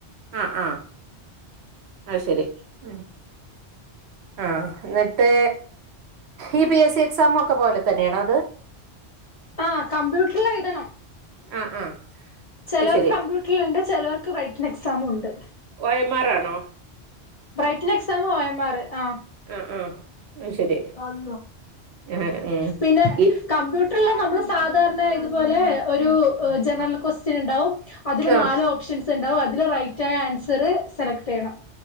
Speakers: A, on the right; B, on the left.
A: ആഹ് ആഹ് അയ്ശെരി ഉം ആഹ് ന്ന ട്ട് ഈ പി എസ് സി എക്സാം ഒക്കെ പോല തന്നെയാണോ അത്?
B: ആഹ് കമ്പ്യൂട്ടർല് എഴുതണം.
A: അഹ് ആഹ്
B: ചെലോർക്ക്
A: അത് ശരി
B: കമ്പ്യൂട്ടറില്ണ്ട് ചെലോർക്ക് വ്‌റൈറ്റനെക്സാമുണ്ട്.
A: ഒ എം ആർ ആണോ?
B: ബ്രൈറ്റനെക്സാം ഒ എം ആർ ആഹ്
A: ആഹ് ആഹ്. അത് ശരി
B: ഉം
A: ആഹ് ഉം
B: പിന്നെ
A: ഈ
B: കമ്പ്യൂട്ടർല് നമ്മള് സാധാരണ ഇതുപോലെ ഒരു ജെനെറൽ ക്വസ്റ്റ്യൻ ഇണ്ടാവും അതില്
A: ആഹ്
B: നാലോ പ്ഷെൻസ് ണ്ടാവും അതില് റൈറ്റായ ആൻസറ് സെലക്ടയ്യണം.